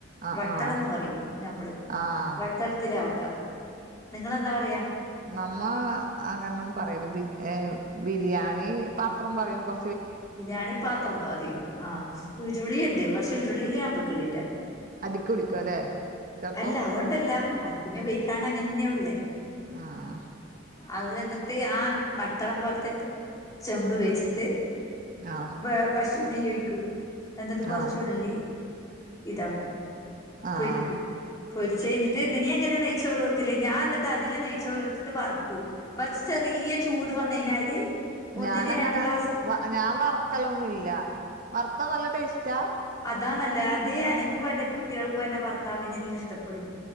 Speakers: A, on the right; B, on the left.
A: ആഹ്
B: വട്ടളന്ന്
A: ആഹ്
B: പറയും നമ്മള്
A: ആഹ്
B: വട്ടളത്തിലാ വെക്കുക നിങ്ങളെന്താ പറയുക
A: നമ്മള് അങ്ങനൊന്നും പറയില്ല ബിരി ബിരിയാണി പത്രം പറയും കൊ
B: ബിരിയാണി പത്രമെന്ന് പറയും ആഹ് ഉരുളിണ്ട് പക്ഷെ ഉരുളില് ഞാൻ വെക്കലില്ല
A: അടിക്ക് പിടിക്കും അല്ലെ ചെലപ്പോ
B: അല്ല അതുകൊണ്ടല്ല അത് പിന്നെ ഉപയോഗിക്കാണ്ട് അങ്ങനെന്നെയാ ഉള്ളേ
A: ആഹ്
B: അത് എന്നിട്ട് ആ വട്ടളം പോലത്തെ ചെമ്പ് വെച്ചിട്ട്
A: ആഹ്
B: വെ പശു നെയ്യൊഴിക്കും എന്നിട്ട് കൊറച്ചുള്ളി
A: ആഹ്
B: ഇതാക്കും
A: ആഹ്
B: പൊരിക്കും പൊരിച്ച് കഴിഞ്ഞിട്ട് നീ എങ്ങനെയാ നെയിച്ചോറ് വെക്കല് ഞാൻ അന്നി ന്നിട്ട് അതില് നെയ്ച്ചോറ് ഇട്ടിട്ട് വറക്കും വറുത്തിട്ടു ചെറിയ ചൂട് വന്ന് കഴിഞ്ഞാല് ഒന്നിന്
A: ഞാനങ്ങനെ
B: രണ്ട് ഗ്ലാസ്
A: വ ഞാൻ വറക്കലൊന്നും ഇല്ല വറുത്താ നല്ല ടേസ്റ്റാ
B: അതാ നല്ലേ അ അതേ എനക്കും എന്റെ കുട്ടികൾക്കും എന്റെ ഭർത്താവിനെല്ലാം ഇഷ്ടപ്പെടും